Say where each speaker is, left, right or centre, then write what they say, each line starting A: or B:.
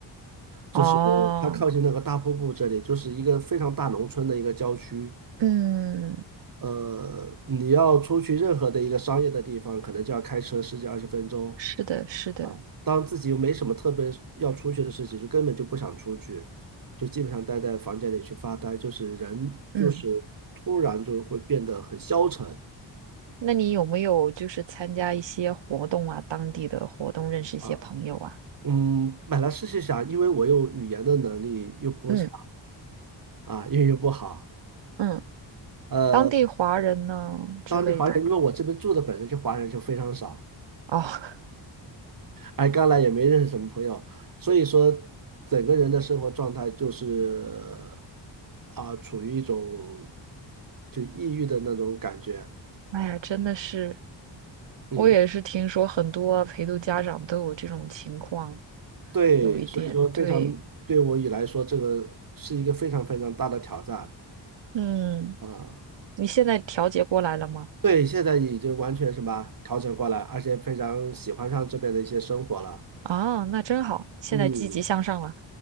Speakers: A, on the right; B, on the right.
A: 就是它靠近那个大瀑布这里，
B: 哦，
A: 就是一个非常大农村的一个郊区。
B: 嗯
A: 呃，你要出去任何的一个商业的地方，可能就要开车十几二十分钟
B: 是的，是的。
A: 啊。当自己又没什么特别要出去的事情，就根本就不想出去，就基本上待在房间里去发呆，就是人就是突然就会变得很消沉
B: 嗯，那你有没有就是参加一些活动啊，当地的活动，认识一些朋友啊？
A: 啊。嗯，本来是想，因为我又语言的能力又不强
B: 嗯
A: 啊，英语又不好。
B: 嗯，嗯
A: 呃。
B: 当地华人呢之类的。
A: 当地华人，因为我这边住的本身就华人就非常少，
B: 哦，<laughs>
A: 哎，刚来也没认识什么朋友，所以说整个人的生活状态就是啊，处于一种就抑郁的那种感觉，
B: 哎呀，真的是，
A: 嗯，
B: 我也是听说很多陪读家长都有这种情况，
A: 对，
B: 有一点对，
A: 所以说非常对我以来说，这个是一个非常非常大的挑战
B: 嗯，
A: 啊。
B: 你现在调节过来了吗？
A: 对，现在已经完全什么调整过来，而且非常喜欢上这边的一些生活了，
B: 啊，那真好，现在积极向上了
A: 嗯。